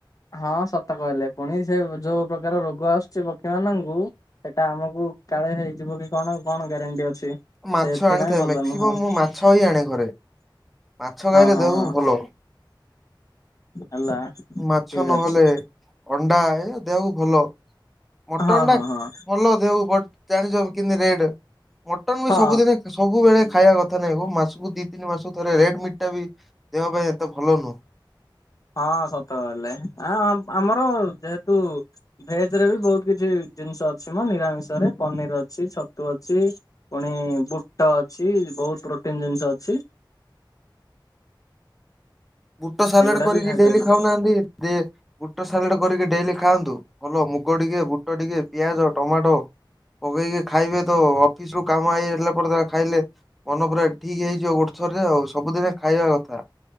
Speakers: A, on the left; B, in the centre.
A: ହଁ ସତ କହିଲେ ପୁଣି ସେ ଯୋଉ ପ୍ରକାର ରୋଗ ଆସୁଛି ପକ୍ଷୀ ମାନଙ୍କୁ ସେଟା ଆମକୁ କାଳେ ହେଇଯିବ କି କଣ କଣ ଗ୍ୟାରେଣ୍ଟି ଅଛି।
B: ମାଛ
A: ସେଥିପାଇଁ
B: ଆଣିଥାଏ
A: ଭଲ
B: ମ୍ୟାକ୍ସିମମ୍
A: ନୁହଁ ହଁ
B: ମୁଁ ମାଛ ହି ଆଣେ ଘରେ। ମାଛ ଖାଇଲେ
A: ହଁ
B: ଦେହ କୁ
A: ହଁ
B: ଭଲ।
A: ହେଲା।
B: ମାଛ
A: ଠିକ
B: ନହେଲେ
A: ଅଛି
B: ଅଣ୍ଡା ଏ ଦେହକୁ ଭଲ। ମଟନ
A: ହଁ
B: ଟା
A: ହଁ ହଁ
B: ଭଲ ଦେହକୁ ବଟ ଜାଣିଛ କେମତି ରେଟ ମଟନ୍ ବି
A: ହଁ
B: ସବୁଦିନେ ସବୁବେଳେ ଖାଇବା କଥା ନୁହେଁ ମାସକୁ ଦି ତିନି ମାସ ଥରେ ରେଡ ମିଟ୍ଟା ବି ଦେହ ପାଇଁ ଏତେ ଭଲ ନୁହଁ।
A: ହଁ ସତ କହେଲେ ଆ ଆମର ଯେହେତୁ ଭେଜ ରେ ବି ବହୁତ କିଛି ଜିନିଷ ଅଛି ମୋ ନିରାମିଷ ରେ ପନିର ଅଛି ଛତୁ ଅଛି। ପୁଣି ବୁଟ ଅଛି ବହୁତ ପ୍ରୋଟିନ ଜିନିଷ ଅଛି।
B: ବୁଟ ସାଲାଡ
A: ଏଗୁଡା
B: କରିକି
A: ବି ଖାଇପାରିବେ।
B: ଡେଲି ଖାଉନାହାନ୍ତି ଦେ ବୁଟ ସାଲାଡ କରିକି ଡେଲି ଖାଆନ୍ତୁ ଭଲ ମୁଗ ଟିକେ ବୁଟ ଟିକେ ପିଆଜ ଟମାଟୋ। ପକେଇକି ଖାଇବେ ତ ଅଫିସ ରୁ କାମ ହେଇଗଲା ପରେ ତା ଖାଇଲେ ମନ ପୁରା ଠିକ ହେଇଯିବ ରେ ଆଉ ସବୁଦିନେ ଖାଇବା କଥା।